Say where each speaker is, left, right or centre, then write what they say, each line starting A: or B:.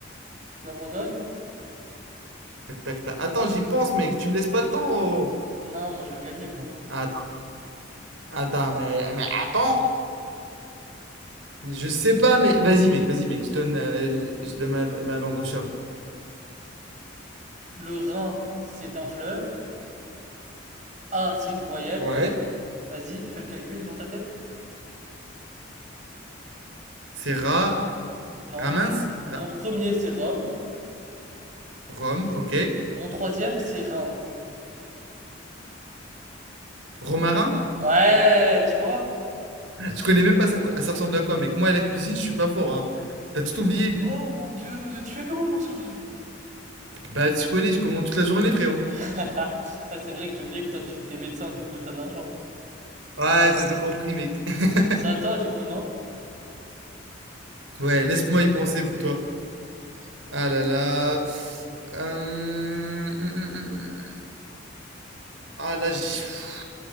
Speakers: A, on the right; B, on the right.
A: Tu abandonnes?
B: Tac, tac, tac. Attends, j'y pense, mec. Tu me laisses pas le temps, oh.
A: Non, moi je veux gagner, moi.
B: Attends, attends, mais, mais attends. Je sais pas, mais vas-y, mec. Vas-y, mec. Je donne, euh, je je donne ma, ma langue au chat.
A: Le Rhin, c'est un fleuve. A, c'est une voyelle.
B: Ouais.
A: Vas-y, fais le calcul dans ta tête.
B: C'est ra.
A: Non.
B: Ramins? Ra-
A: Mon premier, c'est Rome.
B: Rome, ok.
A: Mon troisième, c'est Rhin.
B: Romarin?
A: Ouais, tu vois?
B: Je connais même pas ça, quoi- Ah, ça ressemble à quoi, mec. Moi, à la cuisine, je suis pas fort, hein. T'as tout oublié.
A: Oh mon Dieu, tu fais comment pour survivre?
B: Bah, tu connais, je commande toute la journée, frérot.
A: <laughs> Ah, c'est vrai que j'ai oublié que toi, tu t'es médecin, du coup, t'as de l'argent.
B: Ouais, t'as tout compris, mec. <laughs>
A: C'est à toi, du coup, non?
B: Ouais, laisse-moi y penser pour toi. Ah là là. Hum, hum, hum, hum. Ah là, j'ai... pff,